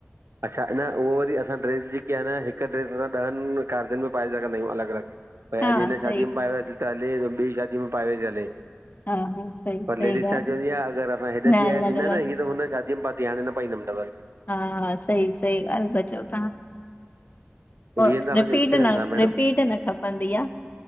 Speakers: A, on the right; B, on the left.
A: अच्छा, न उहो वरी असां ड्रेस जेकी आहे न हिक ड्रेस असां ॾहनि कार्जनि में पाए सघंदा आहियूं अलॻि अलॻि भई,
B: हा
A: अॼ हिन
B: सही
A: शादी में पाहे वया सी त हले जे ॿी शादी में पाहे वया सी त हले
B: हा हा सही सही
A: पर लेडीज़
B: ॻाल्हि।
A: छा चवंदी आहे अगरि असां हेॾे
B: न
A: थी
B: अलॻि
A: अयासी न
B: अलॻि
A: न हिय त हुन। <unintelligible> <unintelligible> पाहिंदा न हूंदाव।
B: हा हा सही सही ॻाल्हि चओ था तव्हां।
A: वीहनि सालनि
B: रिपीट
A: जो एक्सपीरियंस
B: न
A: आहे मैडम
B: रिपीट न खपंदी आ